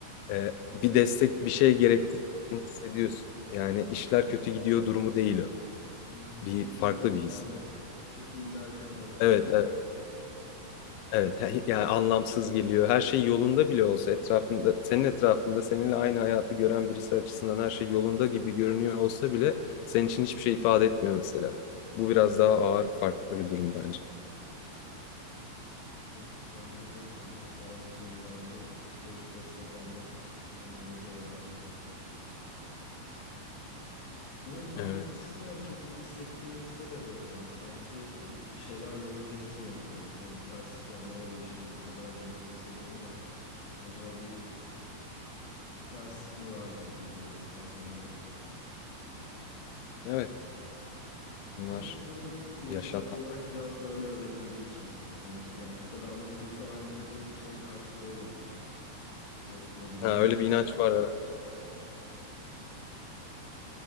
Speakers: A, on the left; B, on the left.
A: e, bir
B: Kötü
A: destek,
B: hissediyorsun.
A: bir şey gerektiğini hissediyorsun. Yani işler kötü gidiyor durumu değil o.
B: Hı hı.
A: Bir
B: Çok
A: farklı
B: iyi giderken
A: bir his.
B: de, çok iyi giderken de öyle.
A: Evet, evet. Evet, he- yani anlamsız geliyor. Her şey yolunda bile olsa etrafında, senin etrafında seninle aynı hayatı gören birisi açısından her şey yolunda gibi görünüyor olsa bile senin için hiçbir şey ifade etmiyor mesela. Bu biraz daha ağır, farklı bir durum bence.
B: Evet bence de hani bazı konularda psikolojik destek almak son derece yararlı. Bunun tam
A: Evet,
B: tersine çok iyi hissettiğimizde de böyle hani sanki bir, bir şeyler yolunda gitmiyor gibi oluyor. Böyle bir terslik var. Ne oluyor şimdi? Bu kadar da mutlu hissediyorum ama acaba bir bir terslik mi var gibi geliyor bazen de.
A: evet. Bunlar
B: Ama sanırım kültürel
A: yaşanan.
B: olarak biraz böyle öğretildiği için bize hani yani bu kadar mutluysan anca bu bir şeyin karşılığı olabilir. İşte ne bileyim
A: Ha, öyle
B: abi.
A: bir inanç var. evet.